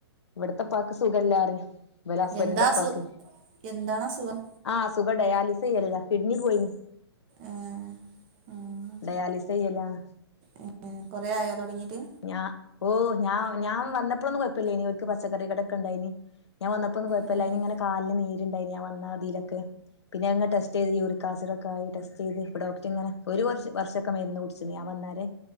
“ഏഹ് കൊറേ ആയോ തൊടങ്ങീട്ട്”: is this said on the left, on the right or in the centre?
Right